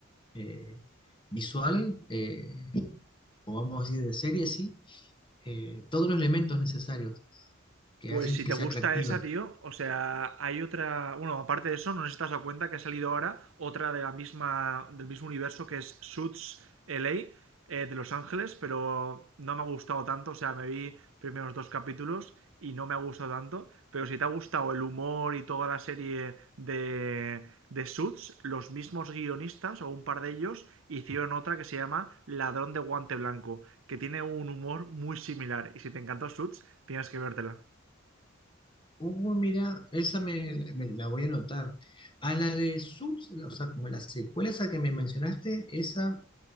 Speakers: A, on the left (about 25°); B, on the right (about 70°).
A: eh, visual, eh, o vamos a decir de serie, sí, eh, todos los elementos necesarios que
B: Pues
A: hacen
B: si
A: que
B: te
A: sea
B: gusta
A: atractiva.
B: esa, tío, o sea, hay otra, bueno, aparte de eso, no sé si te has dado cuenta que ha salido ahora otra de la misma, del mismo universo que es Suits LA eh, de Los Ángeles, pero no me ha gustado tanto, o sea, me vi primeros dos capítulos y no me ha gustado tanto, pero si te ha gustado el humor y toda la serie de, de Suits, los mismos guionistas o un par de ellos hicieron otra que se llama Ladrón de Guante Blanco, que tiene un humor muy similar y si te encantó Suits, tienes que vértela.
A: Uh, mira, esa me, me la voy a anotar. A la de Suits, o sea, como la secuela esa que me mencionaste, esa,